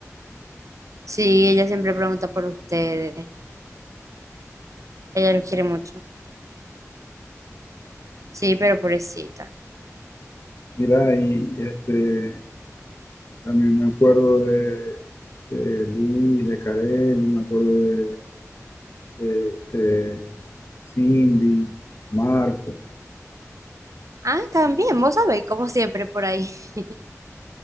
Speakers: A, on the right; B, on the left.
A: sí, ella siempre pregunta por ustedes. Ella los quiere mucho. Sí, pero pobrecita.
B: Mira, y este, también me acuerdo de, de Luis, de Karel, y me acuerdo de, de, este, Cindy, Marco,
A: Ah, también, vos sabés, como siempre por ahí. <laughs>